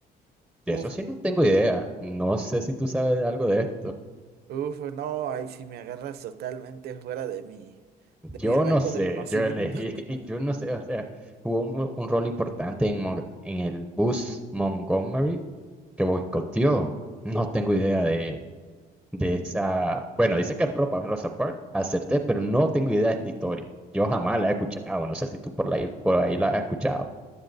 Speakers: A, on the right (about 70°); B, in the centre.
A: Uf,
B: De eso sí no tengo idea. No sé si tú sabes de algo de esto.
A: uf, no, ahí sí me agarras totalmente fuera de mi, de
B: Yo
A: mi rango
B: no sé,
A: de conocimiento.
B: yo elegí,
A: <laughs>
B: <laughs> yo no sé, o sea, jugó un, un rol importante en, Mon- en el bus Montgomery que boicoteó. No tengo idea de, de esa... Bueno, dice que ropa Rosa Parks, acerté, pero no tengo idea de esta historia. Yo jamás la he escuchado, no sé si tú por, la, por ahí la has escuchado.